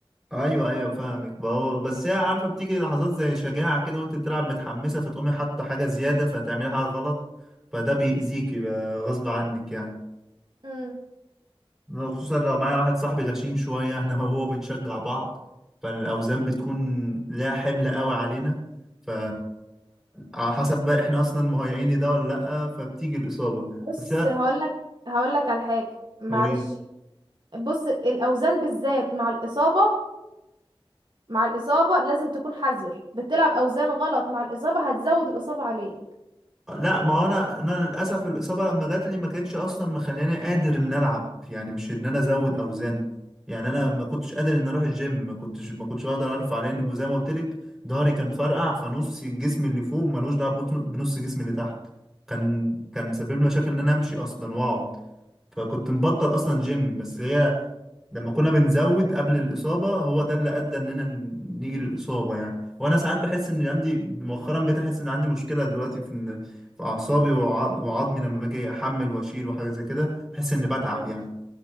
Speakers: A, in the centre; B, on the right.
A: ايوه ايوه فاهمك ما هو بس هي عارفه بتيجي لحظات زي شجاعه كده وانت بتلعب متحمسه فتقومي حاطه حاجه زياده فتعملي حاجه غلط فده بيأذيكي بقى غصب عنك يعني
B: مم.
A: خصوصا لو معايا واحد صاحبي غشيم شوية احنا وهو بنشجع بعض فالأوزان بتكون لا حمل قوي علينا ف على حسب بقى احنا اصلا مهيئين لده ولا لأ فبتيجي الإصابة
B: بص
A: بس لا
B: هقولك هقولك على حاجة معلش
A: قولي
B: بص الأوزان بالذات مع الإصابة مع الإصابة لازم تكون حذر بتلعب أوزان غلط مع الإصابة هتزود الإصابة عليك
A: لا ما هو انا انا للاسف الاصابه لما جات لي ما كانتش اصلا مخلياني قادر ان العب يعني مش ان انا ازود اوزان يعني انا ما كنتش قادر ان اروح الجيم ما كنتش ما كنتش اقدر ارفع لان زي ما قلت لك ظهري كان فرقع فنص الجسم اللي فوق ملوش دعوه بنص بنص جسمي اللي تحت كان كان سبب لي مشاكل ان انا امشي اصلا واقعد فكنت مبطل اصلا جيم بس هي لما كنا بنزود قبل الاصابه هو ده اللي ادى اننا نيجي للاصابه يعني وانا ساعات بحس ان عندي مؤخرا بقيت احس ان عندي مشكله دلوقتي في إن في اعصابي وعض- وعظمي لما باجي احمل واشيل وحاجه زي كده بحس اني بتعب
B: مم.
A: يعني